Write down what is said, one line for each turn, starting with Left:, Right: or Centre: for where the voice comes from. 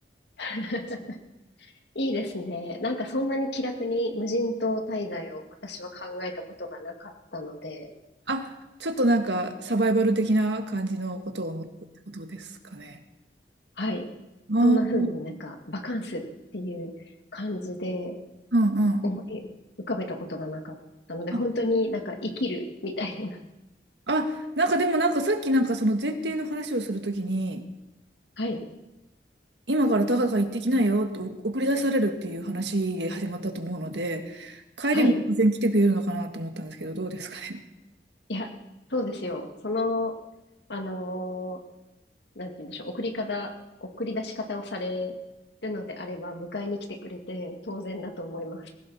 Left: <laughs> いいですね。なんかそんなに気楽に無人島滞在を私は考えたことがなかったので、
Right: あ、ちょっとなんか、サバイバル的な感じのことを思ったってことですかね。
Left: はい。
Right: あー、
Left: そんな風になんかバカンスっていう感じで
Right: うんうんうん。
Left: 思い浮かべたことがなかったので、本当になんか生きるみたいな。
Right: あ、あなんかでもなんかさっきなんかその前提の話をするときに、
Left: <laughs> はい。
Right: 今から高カ行ってきなよと送り出されるっていう話で始まったと思うので、帰りも当然来てくれるのかなと思ったんですけど、
Left: はい。
Right: どうですかね。
Left: いや、そうですよ。その、あのーなんて言うんでしょう。送り方、送り出し方をされるのであれば、迎えに来てくれて当然だと思います。